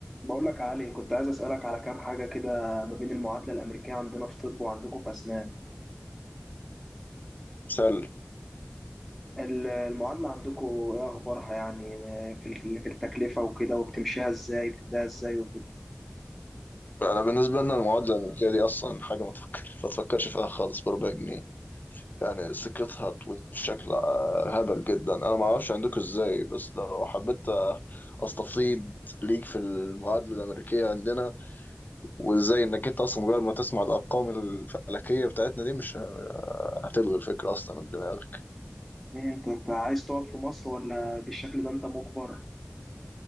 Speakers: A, in the centre; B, on the left.
A: بقول لك يا علي كنت عايز أسألك على كام حاجة كده ما بين المعادلة الأمريكية عندنا في طب وعندكم في أسنان
B: سل
A: ال- المعادلة عندكم إيه أخبارها يعني في ال- في التكلفة وكده وبتمشيها إزاي بتبدأها إزاي وكده
B: انا بالنسبه لنا المعادله الامريكيه دي اصلا حاجه ما تفكر ما تفكرش فيها خالص بربع جنيه يعني سكتها طويل بشكل آه، هبل جدا انا ما اعرفش عندكم ازاي بس لو حبيت آه، استفيض ليك في المعادله الامريكيه عندنا وازاي انك انت اصلا مجرد ما تسمع الارقام الفلكيه بتاعتنا دي مش هتلغي الفكره اصلا من دماغك
A: إيه أنت أنت عايز تقعد في مصر ولا بالشكل ده أنت مجبر